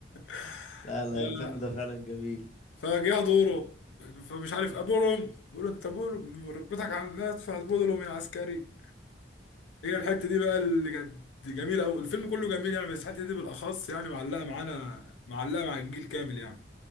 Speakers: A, on the left (about 80°); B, on the left (about 40°).
A: <laughs>
B: لا لا
A: ف-
B: الفيلم ده فعلا جميل
A: فجاء دوره فمش عارف ابولهم بيقول له انت بولهم ركبتك على المدفع بولهم يا عسكري هي الحته دي بقى اللي كانت جميله قوي الفيلم كله جميل يعني بس الحته دي بالاخص يعني معلقه معانا معلقه مع الجيل كامل يعني